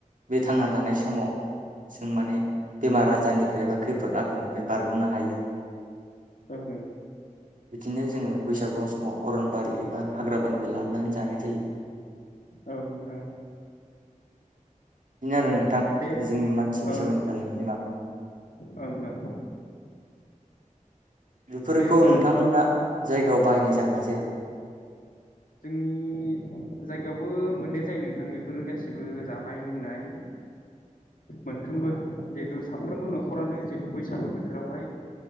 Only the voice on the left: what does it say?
ओं
औ नोंथां औ।
बे
ओं
ओं ओं।
होमबा
नों
जोंनि जायगायावबो मोननाय जायो नोंथां बेफोरो गाैबो जानाय लोंनाय मोनफ्रोमबो जिहेथु साफ्रोमबो नखरानो जेहेतु बैसागु बोथोरावहाय